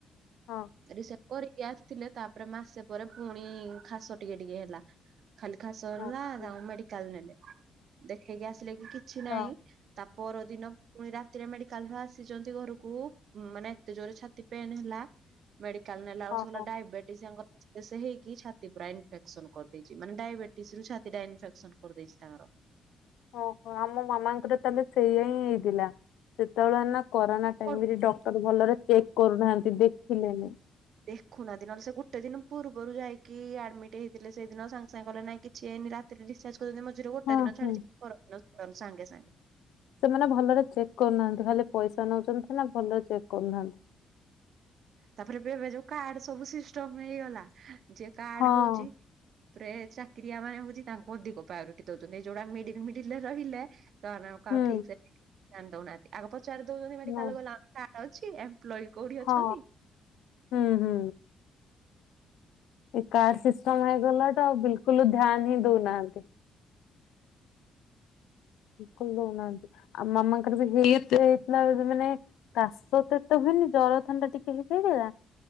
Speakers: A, on the left (about 80°); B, on the right (about 65°).
A: ହଁ
B: ରିସେ କରିକି ଆସିଥିଲେ ତାପରେ ମାସେ ପରେ ପୁଣି ଖାସ ଟିକେ ଟିକେ ହେଲା। ଖାଲି ଖାସ ହେଲା
A: ହଁ ହଁ
B: ତାକୁଟ ମେଡିକାଲ ନେଲେ। ଦେଖେଇକି ଆସିଲେ କି କିଛି ନାହିଁ।
A: ହଁ
B: ତା ପର ଦିନ ପୁଣି ରାତିରେ ମେଡିକାଲ ରୁ ଆସିଚନ୍ତି ଘରକୁ ମାନେ ଏତେ ଜୋରେ ଛାତି ପେନ୍ ହେଲା ମେଡିକାଲ ନେଲା ବେଳକୁ
A: ହଁ।
B: ସେ କହିଲା
A: ହଁ।
B: ଡାଇବେଟିସ୍ <unintelligible> ହେଇକି ଛା ତି ପୁରା ଇନଫେକ୍ସନ କରିଦେଇଚି। ମାନେ ଡାଇବେଟିସ ରୁ ଛାତି ଟା ଇନଫେକ୍ସନ କରିଦେଇଚି ତାଙ୍କର।
A: ଓହୋ। ଆମ ମାମାଙ୍କର ତାହେଲେ ସେଇଆ ହିଁ ହେଇଥିଲା। ସେତେବେଳେ ନା କରୋନା
B: ହଁ
A: ଏମିତି ଡକ୍ଟର ଭଲରେ ଚେକ୍ କରୁନାହାନ୍ତି ଦେଖିଲେନି।
B: ଦେଖୁନାହାନ୍ତି ନହେଲେ ସେ ଗୋଟେ ଦିନ ପୂର୍ବରୁ ଯାଇକି ଆଡମିଟ୍ ହେଇଥିଲେ ସେଇଦିନ ସାଙ୍ଗେ ସାଙ୍ଗେ କଲେ ନାଇଁ କିଛି ହେଇନି ରା ତି ରେ ଡିସ୍ଚାର୍ଜ କରିଛନ୍ତି ମଝିରେ ଗୋଟେ
A: ହଁ
B: ଦିନ ଛାଡି
A: ହଁ
B: <unintelligible> ସାଙ୍ଗେ ସାଙ୍ଗେ।
A: ସେମାନେ ଭଲରେ ଚେକ୍ କରୁନାହାନ୍ତି। ଖାଲି ପଇସା ନଉଛନ୍ତି ସିନା ଭଲରେ ଚେକ୍ କରୁନାହାନ୍ତି।
B: ତାପରେ ଏବେ ଏବେ ଯୋଉ କାର୍ଡ ସବୁ ସିଷ୍ଟମ ହେଇଗଲା, ଯେ କାର୍ଡ
A: ହଁ
B: ହଉଚି ରେ ଚାକିରିଆ ମାନେ ହଉଚି ତାଙ୍କୁ ଅଧିକ ପ୍ରାୟୋରିଟି ଦଉଛନ୍ତି। ଏଇ ଯୋଉରା ମିଡିଲ ମିଡିଲ ରେ ରହିଲେ ସେମାନେ ଆଉ କାହାକୁ
A: ହୁଁ
B: ଠିକ ସେ <unintelligible> ଦଉନାହାନ୍ତି। ଆଗ ପଚାରି ଦଉଛନ୍ତି ମେଡିକାଲ
A: ନା
B: ଗଲେ ମାନେ କାର୍ଡ ଅଛି। ଏମ୍ପ୍ଲୟି କୋଉଠି
A: ହଁ
B: ଅଛନ୍ତି
A: ହୁଁ ହୁଁ। ଏ କାର୍ଡ ସିଷ୍ଟମ ହେଇଗଲା ଠୁ ଆଉ ବିଲକୁଲ ଧ୍ୟାନ୍ ହିଁ ଦଉନାହାନ୍ତି। ବିଲକୁଲ ଦଉନାହାନ୍ତି। ଆଉ ମାମାଙ୍କର ବି ହେଇ ଏତେ ହେଇଥିଲା ଯେତେ ମାନେ କାଶ ତ ଏତେ ହୁଏନି ଜର ଥଣ୍ଡା ଟିକେ ହେଇଯାଇଥିଲା